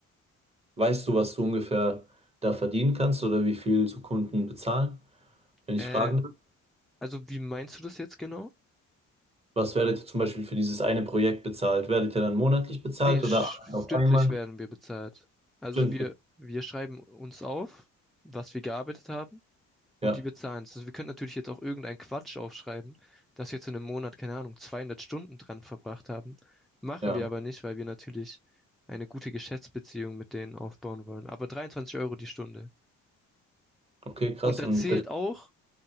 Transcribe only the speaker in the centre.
Äh,
also wie meinst du das jetzt genau?
Nee, sch-
stündlich
werden wir bezahlt. Also
wir, wir schreiben uns auf, was wir gearbeitet haben. Und
die bezahlen es. Also wir können natürlich jetzt auch irgendeinen Quatsch aufschreiben, dass wir jetzt in einem Monat, keine Ahnung, 200 Stunden dran verbracht haben. Machen
wir aber nicht, weil wir natürlich eine gute Geschäftsbeziehung mit denen aufbauen wollen. Aber 23 Euro die Stunde.
Und da
zählt
auch,